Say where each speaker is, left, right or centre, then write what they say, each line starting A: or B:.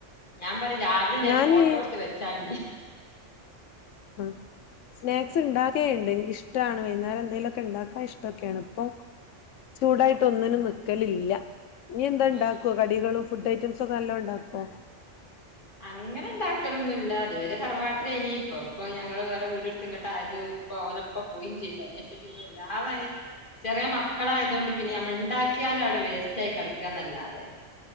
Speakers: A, on the left; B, on the left.
A: ഞാൻ റ രാവിലെ ഞ
B: ഞാന്
A: ഫോട്ടോ എടുത്ത് വെച്ചാണ്ടി
B: ആ സ്നാക്സ് ഇണ്ടാ ക്കെ ഇഷ്ടാണ് വൈകുന്നേരം എന്തേലുമൊക്കെ ഉണ്ടാക്കാൻ ഇഷ്ടൊക്കെയാണ് ഇപ്പൊ ചൂടായിട്ടൊന്നിനും നിക്കലില്ല. നീ എന്താ ഇണ്ടാക്കുവോ,
A: അയ്
B: കടികളും ഫുഡ് ഐറ്റംസ് ഒക്കെ നല്ലോ ഉണ്ടാക്കുവോ?
A: അങ്ങനെ ഉണ്ടാക്കലൊന്നില്ല. അതുവരെ തറവാട്ടിലെനി ഇനി ഇപ്പ ഇപ്പ ഞങ്ങള് വേറെ വീട്ടുത്ത് ഇങ്ങോട്ട് ആയത് പ്പ ഓലപ്പ പോയും ചെയ്ത് അയിനഷേ പിന്നെ വല്ലാ ചെറിയ മക്കളായതൊണ്ട് പിന്നെ നമ്മൾ ക ഉണ്ടാക്കിയാലും അവിടെ വേസ്റ്റ്യി കിടക്കുകന്നല്ലാതെ.